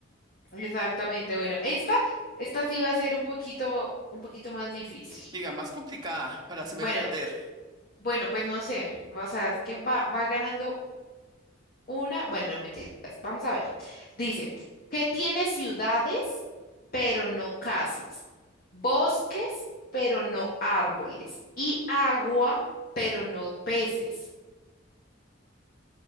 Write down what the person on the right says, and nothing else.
Diga, más complicada para hacerme
perder.